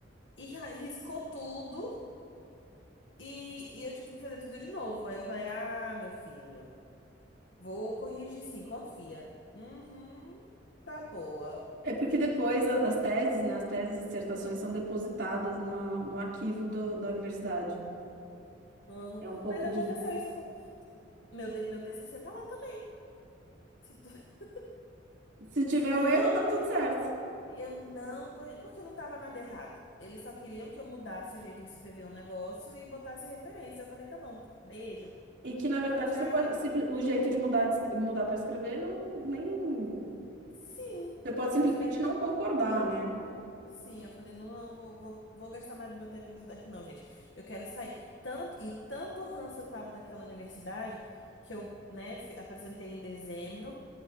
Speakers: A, on the left; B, on the right.
A: E ra- riscou tudo e, e eu tive que fazer tudo de novo. Aí eu falei, ah, meu filho, vou corrigir sim, confia. Uhum, tá boa.
B: É porque depois a- as teses, né, as teses e dissertações são depositadas na- no arquivo do- da universidade.
A: Uhum.
B: É um pouco
A: Mas aconteceu
B: de.
A: isso com... Meu, D- meu TCC tá lá também. Se tu- <laughs>
B: Se tiver
A: Eu
B: o erro,
A: não
B: tá
A: corrigi.
B: tudo certo.
A: Eu não corrigi, porque não tava nada errado. Eles só queriam que eu mudasse o jeito de escrever um negócio e botasse referência. Eu falei, tá bom, beijo,
B: E que, na verdade,
A: tchau, tchau.
B: você pode, simpli- o jeito de mudar, de es- mudar para escrever não nem.
A: Sim.
B: Você pode simplesmente
A: Aí eu falei,
B: não concordar, né?
A: Sim, eu falei, não, não, vou, vou, vou gastar mais do meu tempo nisso daqui, não, gente. Eu quero sair. Tanto, e tanto ranço eu tava daquela universidade que eu, né, fi- apresentei em dezembro,